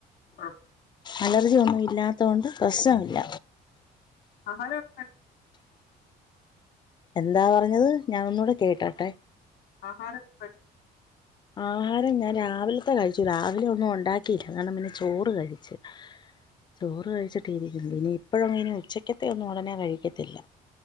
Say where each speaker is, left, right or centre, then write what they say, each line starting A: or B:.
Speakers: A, on the left; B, on the left.
A: <inaudible>
B: അലർജി ഒന്നും ഇല്ലാത്ത കൊണ്ട് പ്രശ്നമില്ല
A: <unintelligible>
B: എന്താ പറഞ്ഞത് ഞാൻ ഒന്നൂടെ കേട്ടോട്ടെ
A: ആഹാര കഴി
B: ആഹാരം ഞാൻ രാവിലത്തെ കഴിച്ചു രാവിലെ ഒന്നും ഉണ്ടാക്കിയില്ല കാരണം പിന്നെ ചോറ് കഴിച്ചു ചോറ് കഴിച്ചിട്ടി ഇരിക്കുന്നു ഇനി ഇപ്പോഴും ഇനി ഉച്ചക്കത്തെ ഒന്നും ഉടനെ കഴിക്കത്തില്ല